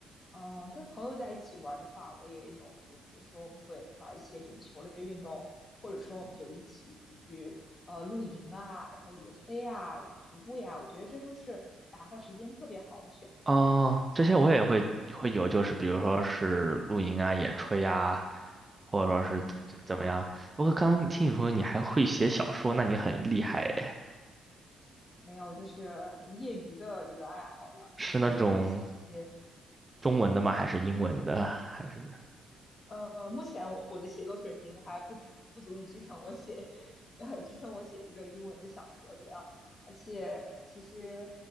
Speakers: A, on the left; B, on the right.
A: 嗯，跟朋友在一起玩儿的话，我也有，就比如说我们会玩儿一些这种球类运动，或者说我们就一起出去呃露营啊，然后野炊啊、徒步呀，我觉得这都是打发时间特别好的选择。
B: 哦，这些我也会会有，
A: 呃，对，
B: 就是比如说是露营啊、野炊啊，或者说是怎么样。
A: 嗯，
B: 不过刚刚听你说你还会写小说，那你很厉害诶，
A: 没有，就是很业余的一个爱好了，
B: 是那种
A: 就是会写一些
B: 中文的吗？还是英文的？还是
A: 呃，目前我我的写作水平还不不足以支撑我写，<laughs> 呃，支撑我写一个英文的小说这样。而且其实，